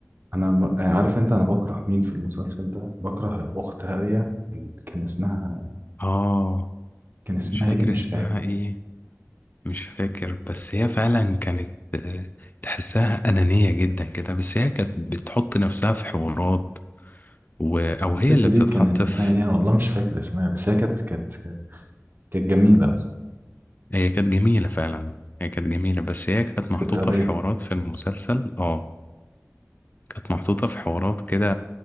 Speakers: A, on the right; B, on the left.
A: انا م- آه، عارف انت انا بكره مين في المسلسل ده بكره اخت هاريا ال- كان اسمها
B: اه
A: كان اسمها
B: مش فاكر
A: ايه مش
B: اسمها
A: فاكر
B: ايه مش فاكر بس هي فعلا كانت آه، تحسها أنانية جدا كده بس هي كانت بتحط نفسها في حوارات و... أو
A: البت
B: هي اللي
A: دي
B: بتتحط
A: كان اسمها
B: في
A: ايه انا والله مش فاكر اسمها بس هي كانت كانت كانت جميله اصلا
B: هي كانت جميلة فعلا هي كانت جميلة بس هي كانت
A: بس
B: محطوطة
A: كانت غبيه
B: في حوارات في المسلسل اه كانت محطوطة في حوارات كده